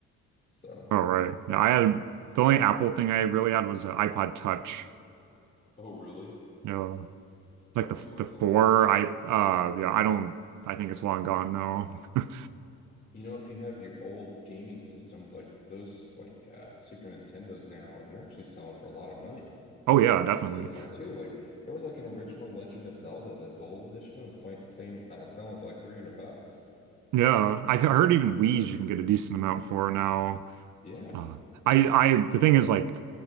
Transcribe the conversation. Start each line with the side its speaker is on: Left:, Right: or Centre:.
Left: So,
Right: Oh right, yeah, I had the only Apple thing I really had was an iPod Touch.
Left: Oh, really? It
Right: You know,
Left: might
Right: like the
Left: be worth
Right: the four.
Left: a little bit.
Right: I uh yeah, I don't. I think it's long gone though. <laughs>
Left: you know, if you have your old gaming systems like those, like uh, Super Nintendos now, they're actually selling for a lot of money.
Right: Oh yeah, definitely.
Left: the games are too. Like there was like an original Legend of Zelda, the gold edition that was playing saying uh, selling for like 300 bucks.
Right: Yeah, I I heard even Wii's you can get a decent amount for now.
Left: Yeah.
Right: Uh, I I the thing is like